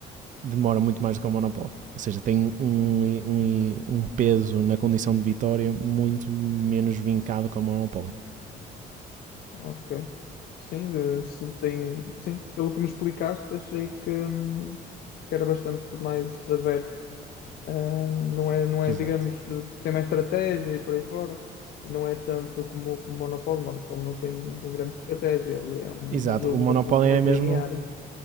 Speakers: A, on the right (about 50°); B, on the left (about 65°).
A: demora muito mais do que o Monopoly. Ou seja, tem um, um, um peso na condição de vitória muito menos vincado que o Monopoly.
B: ok. Sim, de- se tem, sim, pelo que me explicaste, achei que, hum, que era bastante mais desaberto Uh, não é, não é,
A: Exato.
B: digamos, tu tem mais estratégia e por aí fora, e não é tanto como o Monopólio. O Monopólio não tem, não tem grande estratégia, ele é um,
A: Exato.
B: um jogo
A: O Monopoly
B: bastante mais
A: é mesmo.
B: linear.